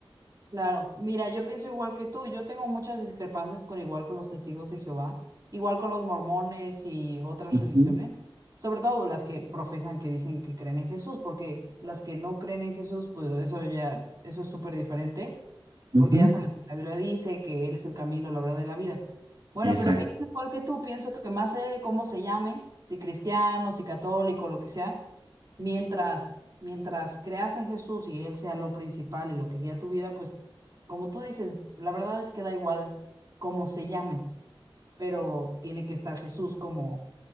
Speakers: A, on the right; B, on the right.
A: Claro, mira, yo pienso igual que tú, yo tengo muchas discrepancias con igual con los testigos de Jehová, igual con los mormones y otras
B: Ujú,
A: religiones, sobre todo las que profesan que dicen que creen en Jesús, porque las que no creen en Jesús, pues eso ya, eso es súper diferente,
B: ujú,
A: porque ya sabes que la Biblia dice que Él es el camino, la verdad y la vida. Bueno,
B: Exacto,
A: pero pienso igual que tú, pienso que más allá de cómo se llame, si cristiano, si católico, lo que sea, mientras, mientras creas en Jesús y Él sea lo principal y lo que guía tu vida, pues como tú dices, la verdad es que da igual cómo se llame, pero tiene que estar Jesús como,